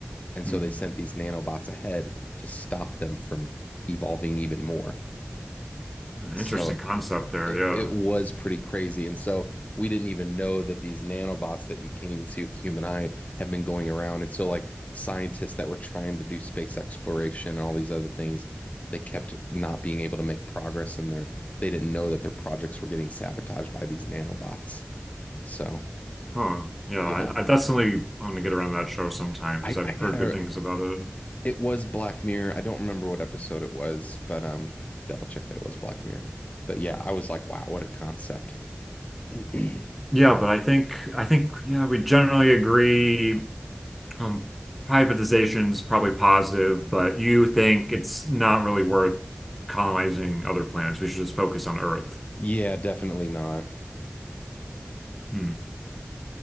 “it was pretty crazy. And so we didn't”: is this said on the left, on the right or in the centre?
Left